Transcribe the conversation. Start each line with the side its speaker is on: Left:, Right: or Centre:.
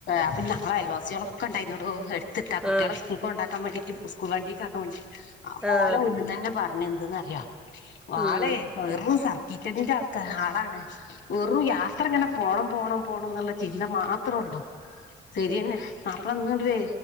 Left: അപ്പൊ ഞങ്ങളെ അയൽവാസികള ഒക്ക ഉണ്ടായിന്നോടോ ത്ത്ട്ടാ കുട്യോളെ
Centre: ആഹ്
Left: സ്ക്കൂൾക്ക് കൊണ്ടാക്കാൻ മടി ക്ക് സ്കൂൾ വണ്ടിക്ക് ആക്കൻ വ ആ പോ
Centre: ആഹ്
Left: ഓലെ മൂന്ന്ന്നന്നെ പറ ന്നെഎന്തന്ന്റിയോ ആളെ
Centre: ഉം
Left: വെറും സർക്കീറ്റടിൻ്റെ ആൾക്കാ ആളാണ് വെറും യാത്ര ഇങ്ങനെ പോണം പോണം പോണം എന്ന ചി ചിന്ത മാത്രള്ളൂ സരിയന്നെ മാപ്പള ഇന്ന് ണ്ട് വെ